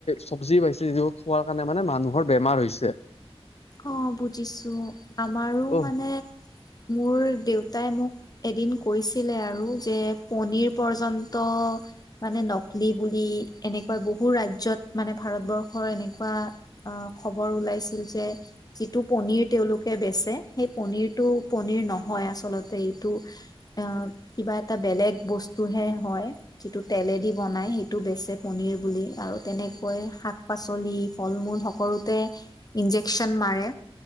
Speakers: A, on the left; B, on the left.
A: চবজি পাইছে, যি খোৱাৰ কাৰণে মানে মানুহৰ বেমাৰ মাৰ হৈছে।
B: অ', বুজিছোঁ আমাৰো
A: ত'
B: মানে মোৰ দেউত তাই মোক এদিন কৈছিলে আৰু যে, পনীৰ পৰ্যন্ত মানে ন লি, বুলি এনেকুৱা বহু ৰাজ্যত মানে ভাৰতবৰ্ষৰ এনেকুৱা আ, খবৰ ও ওলাইছিল যে যিটো পনীৰ তেওঁলোকে বেচে, সেই পনীৰটো, পনীৰ নহয়, আচলতে এইটো অ', কিবা এটা বেলেগ বস্তুহে হয়, যিটো তেলেদি বনাই সেইটো বেচে প নিৰ বুলি, আৰু তেনেকৈ শাক পাচলি, ফল মূল সকলোতে ইঞ্জেক মায়ে